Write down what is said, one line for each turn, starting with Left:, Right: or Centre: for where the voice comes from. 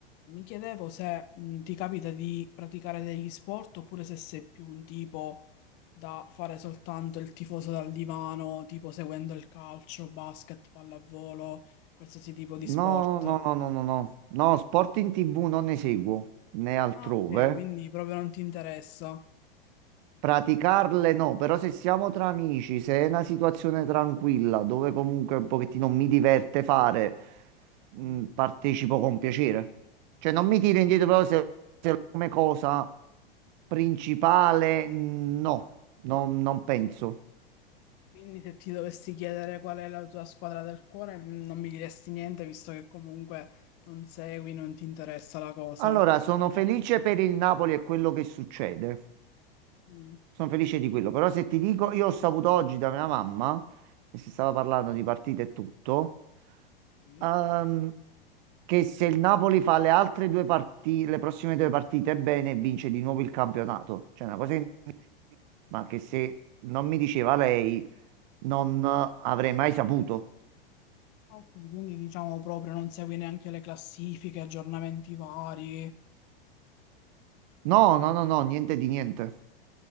Left: mi chiedevo se mh, ti capita di praticare degli sport oppure se sei più un tipo da fare soltanto il tifoso dal divano, tipo seguendo il calcio, basket, pallavolo, qualsiasi tipo di sport.
Right: No, no, no, no, no, no. No, sport in TV non ne seguo, né altrove.
Left: Ah, ok, quindi proprio non ti interessa.
Right: Praticarle no, però se siamo tra amici, se è una situazione tranquilla, dove comunque un pochettino mi diverte fare, mh,
Left: Mm.
Right: partecipo con piacere. Cioè non mi tiro indietro, però se, se come cosa principale, mm, no, non non penso.
Left: Quindi se ti dovessi chiedere qual è la tua squadra del cuore, mm, non mi diresti niente, visto che comunque non segui, non ti interessa la cosa.
Right: Allora, sono felice per il Napoli e quello che succede.
Left: Mm.
Right: Sono felice di quello. Però se ti dico, io ho saputo oggi da mia mamma, che si stava parlando di partite e tutto,
Left: Sì.
Right: ehm, che se il Napoli fa le altre due partite, le prossime due partite bene, vince di nuovo il campionato. Cioè, una cosa che mi- ma che se non mi diceva lei, non eh, avrei mai saputo.
Left: Ok, quindi diciamo proprio non segui neanche le classifiche, aggiornamenti vari.
Right: No, no, no, no, niente di niente.